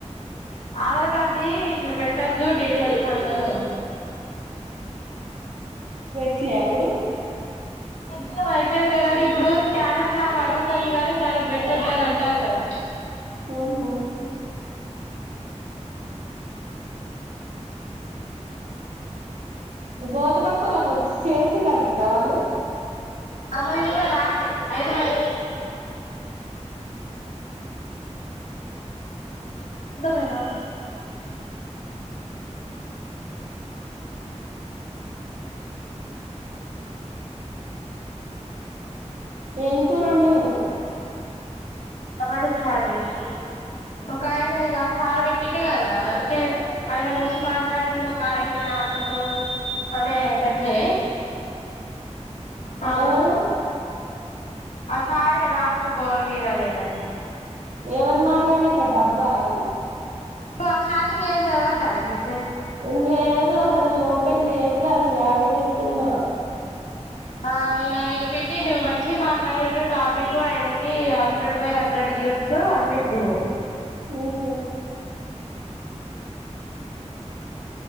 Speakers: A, on the left (about 80°); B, on the right (about 80°).
A: ఆధార్ కార్డు ఇట్లా పెట్ట కదుూ డిటెయిల్స్ కంటను
B: ఇట్లే అప్పుడు
A: చ్చ అయిపోయిదలే కదు ఇప్పుడు స్కానర్ లాగా అడుగుతుంది గాని దానికి పెట్టొద్ద అని అంటారు కదా
B: ఆహా గోతపక్కళకి వచ్చి చేసి రాద్ద వాళ్ళు
A: మఊ రాట్లే అయితే మరి ఉండకు పోయినా
B: ఏం కూర వండినావ్
A: టమాటా చార్ జేసినా ఒక ఆయన ఇక ఆ కార్ పెట్టిండు కదా అంటే ఆయన మస్తు మాట్లాడిండు ఒక ఆయన నాతోటు అనే పెట్టలే పాపికు
B: ఎవరు
A: ఆ సారే రాజు భువనగిరి అనేటాయన
B: ఎవరు మాట్లాడిర్రు అట అబ్బాయా
A: ఆ చాటింగ్ ఏం చదవట్లే ఆళ్ల మే
B: ఇల్లేదు అసలు నేను నో ఓపెన్ చెయ్యట్లే అసలేడజెట్టున్న
A: మా ఆయన ఇక పెట్టిండు మంచి మాట్లాడిండు టాపిక్ ఆయనకి హండ్రెడ్ బై హండ్రెడ్ ఇయ్యొచ్చు అని పెట్టిండు
B: హుహు